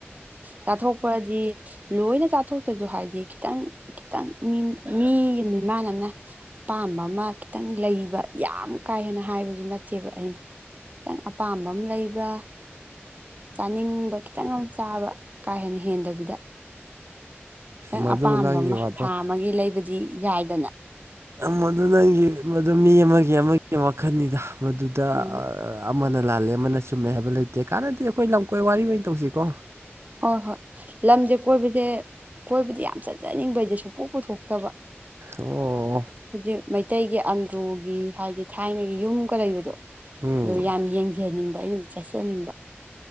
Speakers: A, on the right (about 35°); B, on the right (about 75°).
A: ꯆꯥꯊꯣꯛꯄꯗꯤ ꯂꯣꯏꯅ ꯆꯥꯊꯣꯛꯇ꯭ꯔꯁꯨ ꯍꯥꯏꯗꯤ ꯈꯤꯇꯪ ꯈꯤꯇꯪ ꯃꯤ ꯃꯤ ꯃꯤꯃꯥꯟꯅꯅ ꯑꯄꯥꯝꯕ ꯑꯃ ꯈꯤꯇꯪ ꯂꯩꯕ ꯌꯥꯝ ꯀꯥ ꯍꯦꯟꯅ ꯍꯥꯏꯕꯁꯨ ꯅꯠꯇꯦ ꯆꯠꯇꯦꯕ ꯑꯩꯅ ꯈꯤꯇꯪ ꯑꯄꯥꯝꯕ ꯑꯃ ꯂꯩꯕ ꯆꯥꯅꯤꯡꯕ ꯈꯤ ꯈꯤꯇꯪ ꯌꯥꯝ ꯆꯥꯕ ꯀꯥ ꯍꯦꯟꯅ ꯍꯦꯟꯗꯕꯤꯗ ꯈꯤ ꯅꯪ
B: ꯃꯗꯨ
A: ꯑꯄꯥꯝꯕ
B: ꯅꯪꯒꯤ
A: ꯑꯃ
B: ꯋꯥꯗꯣ
A: ꯊꯥ ꯑꯃꯒꯤ ꯂꯩꯕꯗꯤ ꯌꯥꯏꯗꯅ
B: ꯃꯗꯨ ꯅꯪꯒꯤ ꯃꯗꯨ ꯃꯤ ꯑꯃꯒꯤ ꯑꯃꯒꯤ ꯋꯥꯈꯜꯅꯤꯗ ꯃꯗꯨꯗ
A: ꯎꯝ
B: ꯑꯃꯅ ꯂꯥꯜꯂꯦ ꯑꯃꯅ ꯆꯨꯝꯃꯦ ꯍꯥꯏꯕ ꯂꯩꯇꯦ ꯀꯥꯟꯅꯗꯤ ꯑꯩꯈꯣꯏ ꯂꯝꯀꯣꯏ ꯋꯥꯔꯤ ꯑꯣꯏꯅ ꯑꯣꯏꯅ ꯇꯧꯁꯤꯀꯣ
A: ꯍꯣꯏ ꯍꯣꯏ ꯂꯝꯁꯦ ꯀꯣꯏꯕꯁꯦ ꯀꯣꯏꯕꯗꯤ ꯌꯥꯝ ꯆꯠꯆꯅꯤꯡꯕꯩꯁꯦ ꯁꯨꯡꯄꯣꯛ ꯄꯨꯊꯣꯛꯇꯕ
B: ꯑꯣ
A: ꯍꯧꯖꯤꯛ ꯃꯩꯇꯩꯒꯤ ꯑꯟꯗ꯭ꯔꯣꯒꯤ ꯍꯥꯏꯗꯤ ꯊꯥꯏꯅꯒꯤ ꯌꯨꯝꯒ ꯂꯩꯕꯗꯣ
B: ꯎꯝ
A: ꯑꯣ ꯌꯥꯝ ꯌꯦꯡꯖꯅꯤꯡꯕ ꯑꯩꯅꯁꯨ ꯆꯠꯆꯅꯤꯡꯕ